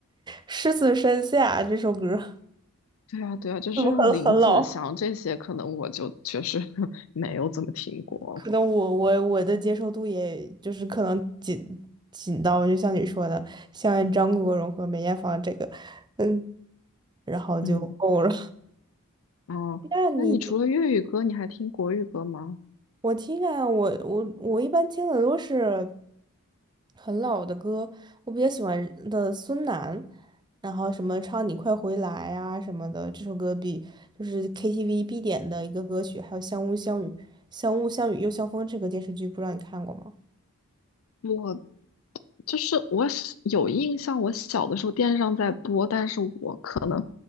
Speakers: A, on the right (about 20°); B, on the left (about 70°).
A: 《狮子山下》这首歌。
B: 对啊，对啊，
A: <laughs>
B: 就是这种林子祥这些，
A: 怎么很很老？
B: 可能我就确实 <laughs> 没有怎么听过了。
A: 可能我我我的接受度也就是可能紧紧到，就像你说的，像张国荣和梅艳芳这个，嗯，然后就够了。
B: 嗯，哦，
A: <laughs> 那你
B: 那你除了粤语歌，你还听国语歌吗？
A: 我听啊，我我我一般听的都是很老的歌，我比较喜欢的孙楠，然后什么唱《你快回来》啊什么的，这首歌比就是 KTV 必点的一个歌曲，还有《相雾相雨》《相雾相雨又相风》这个电视剧，不知道你看过吗？
B: 我。就是我小有印象，我小的时候电视上在播，但是我可能